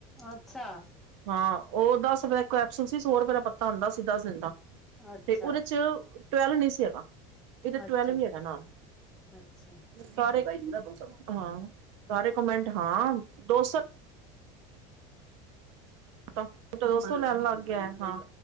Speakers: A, in the centre; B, on the right (about 75°).
A: ਅੱਛਾ
B: ਹਾਂ। ਉਹ ਦਸ ਰੁਪਏ ਦਾ ਕੈਪਸੂਲ ਸੀ ਸੋ ਰੁਪਏ ਦਾ ਪੱਤਾ ਆਉਂਦਾ ਸੀ ਦਸ ਦਿਨ ਦਾ
A: ਅੱਛਾ
B: ਤੇ ਉਹਦੇ ਚ ਟਵੈਲਵ ਨਹੀਂ ਸੀ ਹੈਗਾ, ਇੱਧਰ ਟਵੈਲਵ
A: ਅੱਛਾ
B: ਵੀ ਹੈਗਾ ਨਾਲ।
A: ਅੱਛਾ
B: ਸਾਰੇ ਹਾਂ, ਸਾਰੇ ਕਮੈਂਟ ਹਾਂ ਦੋ ਸੌ ਡਾਕਟਰ ਦੋ ਸੋ ਲੈਣ ਲੱਗ ਗਿਆ, ਹਾਂ।